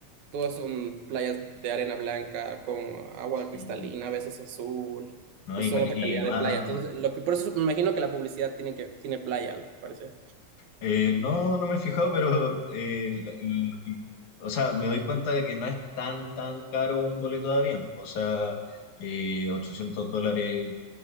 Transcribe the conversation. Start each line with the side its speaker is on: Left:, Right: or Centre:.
Right: todas son playas de arena blanca, con agua
Left: Sí,
Right: cristalina, a veces azul.
Left: no,
Right: Entonces
Left: y,
Right: son
Left: cali-
Right: otra
Left: y
Right: calidad
Left: más,
Right: de playa. Entonces, lo que, por eso me imagino que la publicidad tiene, que, tiene playa, lo que parece.
Left: eh, no, no me he fijado, pero, eh, la- l- o sea, me doy cuenta de que no es tan, tan caro un boleto de avión. O sea, eh, 800 dólares